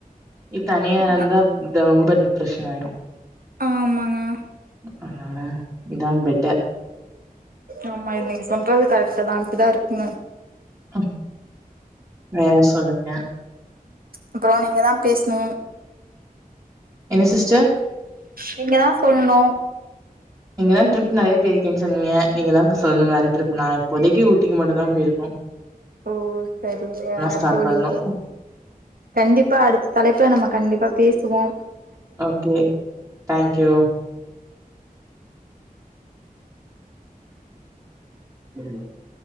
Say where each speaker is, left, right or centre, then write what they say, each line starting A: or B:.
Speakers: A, on the right; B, on the right.
A: இது தனியா இருந்தா
B: ந
A: ரொம்ப டிப்ரஷன் ஆயிரு
B: ஆமாங்க
A: அதுனால இதா பெட்டர்
B: ஆமா நீங்க சொல்றது கரெக்ட தா அப்டிதா இருக்குன்னு
A: ம் வேற சொல்லுங்க
B: அப்புறோ நீங்க தா பேசணு
A: என்ன சிஸ்டர்
B: நீங்க தா சொல்ணு
A: நீங்கதான் ட்ரிப் நறைய போயிருக்கேனு சொன்னிங்க நீங்கதா ட்ரிப் நறைய போய் இருக்க சொன்னீங்க நீங்க தா இப்ப சொல்லு வேற ட்ரிப் நா இப்பதைக்கு ஊட்டிக்கு மட்டுதா போயிருக்கோ
B: ஓ சரிங்க
A: ஸ்டார்ட்
B: தோழி
A: பண்ணணும்.
B: கண்டிப்பா அடுத்த தலைப்புல நம்ம கண்டிப்பா பேசுவோ
A: ஓகே தேங்க்யூ <inaudible>